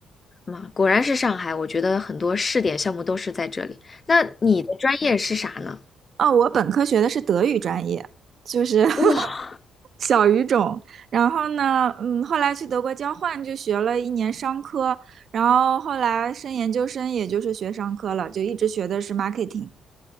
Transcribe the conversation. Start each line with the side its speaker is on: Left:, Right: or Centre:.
Left: 嘛，果然是上海，我觉得很多试点项目都是在这里。那你的专业是啥呢？
Right: 哦，我本科学的是德语专业，就是 <laughs>
Left: 哇，
Right: 小语种。然后呢，嗯，后来去德国交换就学了一年商科，然后后来升研究生，也就是学商科了，就一直学的是 marketing。